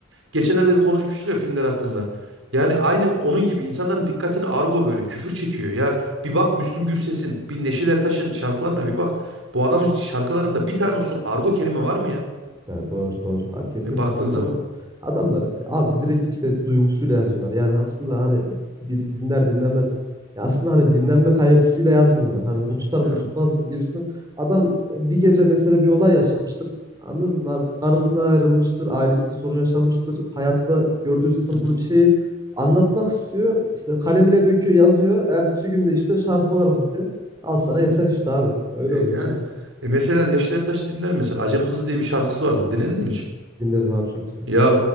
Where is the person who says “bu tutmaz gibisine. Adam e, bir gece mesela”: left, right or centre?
Right